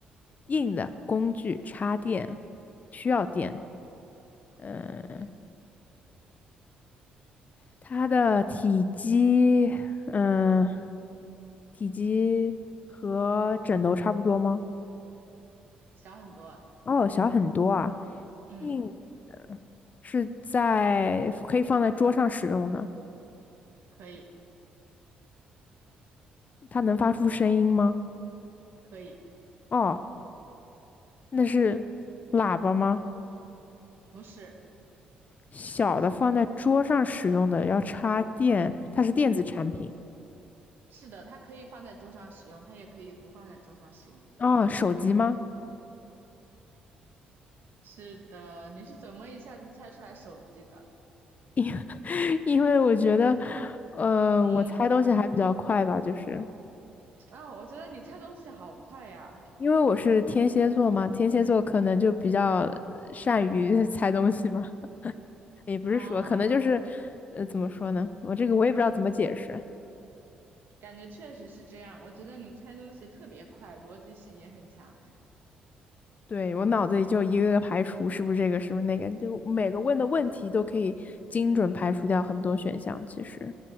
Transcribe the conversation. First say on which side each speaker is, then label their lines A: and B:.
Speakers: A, on the left; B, on the right.
A: 硬的工具插电需要电。
B: 嗯
A: 嗯、
B: 嗯，
A: 它的体积，嗯，体积和枕头差不多吗？
B: 小很多。
A: 哦，小很多啊。
B: 嗯，
A: 硬是在可以放在桌上使用的。
B: 可以
A: 它能发出声音吗？
B: 可以。
A: 哦，那是喇叭吗？
B: 不是，
A: 小的放在桌上使用的要插电，它是电子产品。
B: 嗯，是的，它可以放在桌上使用，它也可以不放在桌上使用。
A: 哦，手机吗？
B: 是的，你是怎么一下子猜出来手机的？
A: 因 <laughs> 因为我觉得，呃，
B: 嗯，
A: 我猜东西还比较快吧，就是。
B: 啊，我觉得你猜东西好快呀！
A: 因为我是天蝎座嘛，天蝎座可能就比较呃善于 <laughs> 猜东西嘛，也不是说，
B: 啊、
A: 可能就是，呃，怎么说呢？我这个我也不知道怎么解释。
B: 感觉确实是这样。我觉得你猜东西特别快，逻辑性也很强。
A: 对，我脑子里就一个个排除，是不是这个，是不是那个，就每个问的问题都可以精准排除掉很多选项。其实，